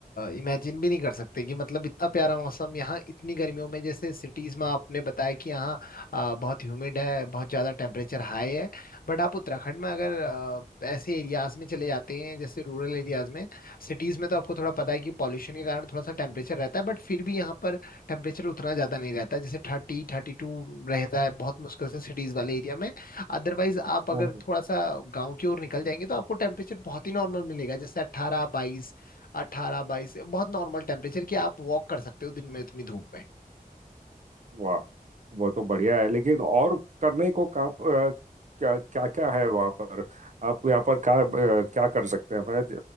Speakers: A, on the left (about 70°); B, on the right (about 55°).
A: इमेजिन भी नहीं कर सकते कि मतलब इतना प्यारा मौसम यहाँ इतनी गर्मियों में जैसे सिटीज में आपने बताया कि यहाँ अ, बहुत ह्यूमिड है बहुत ज़्यादा टेम्परेचर हाई है बट आप उत्तराखंड में अगर अ, ऐसे एरियाज में चले जाते हैं जैसे रूरल एरियाज में सिटीज में तो आपको थोड़ा पता है कि पॉल्यूशन के कारण थोड़ा सा टेम्परेचर रहता है बट फिर भी यहाँ पर टेम्परेचर उतना ज़्यादा नहीं रहता जैसे थर्टी थर्टी टू रहता है बहुत मुश्किल से सिटीज वाले एरिया में अदरवाइज आप अगर
B: हैं
A: थोड़ा सा गांव की ओर निकल जाएंगे तो आपको टेम्परेचर बहुत ही नॉर्मल मिलेगा जैसे अट्ठारह बाईस अट्ठारह बाईस बहुत नॉर्मल टेम्परेचर कि आप वॉक कर सकते हो दिन में इतनी धूप में
B: वाह वो तो बढ़िया है लेकिन और करने को का, क्या क्या क्या है वहाँ पर आप यहाँ पर क्या अ, क्या कर सकते हैं मैं